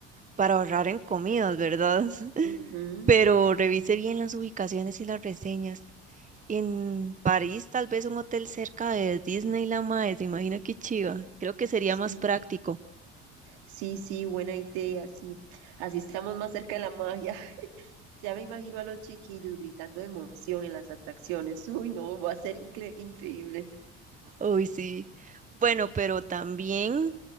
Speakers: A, on the right (about 20°); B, on the right (about 75°).
A: para ahorrar en comidas, ¿verdad? <laughs>
B: Ujú,
A: Pero revise bien las ubicaciones y las reseñas. En París, tal vez un hotel cerca de Disneyland, mae, se imagina qué chiva. Creo que sería
B: Sí,
A: más práctico.
B: sí, sí, buena idea, sí. Así estamos más cerca de la magia. <laughs> Ya me imagino a los chiquillos gritando de emoción en las atracciones. Uy, no, va a ser incre- increíble.
A: Uy, sí. Bueno, pero también